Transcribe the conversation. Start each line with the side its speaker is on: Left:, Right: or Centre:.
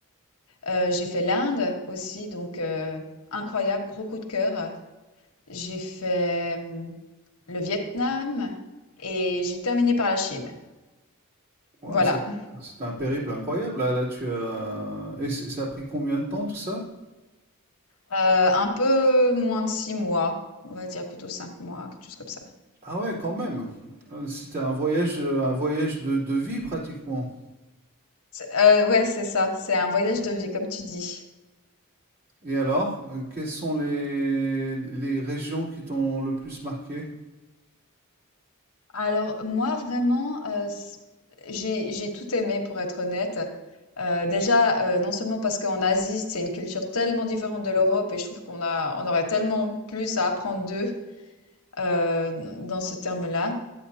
Left: Heu, j'ai fait l'Inde aussi, donc heu, incroyable, gros coup de cœur. J'ai fait, mmh, le Vietnam et j'ai terminé par la Chine.
Right: Ouais,
Left: Voilà,
Right: c'est
Left: heu,
Right: c'est un périple incroyable. Là, là, tu as. Et c'est- ça a pris combien de temps tout ça?
Left: un peu moins de six mois, on va dire plutôt 5 mois, quelque chose comme ça.
Right: Ah ouais, quand même. Euh, C'était un voyage, euh, un voyage de, de vie pratiquement.
Left: C'est heu, ouais, c'est ça, c'est un voyage de vie comme tu dis.
Right: Et alors, euh, quelles sont les, les régions qui t'ont le plus marqué?
Left: Alors moi vraiment, heu, c j'ai j'ai tout aimé pour être honnête. Heu, déjà, heu, non seulement parce qu'en Asie, c'est une culture tellement différente de l'Europe et je trouve qu'on a on aurait tellement plus à apprendre d'eux heu, dans ce terme-là.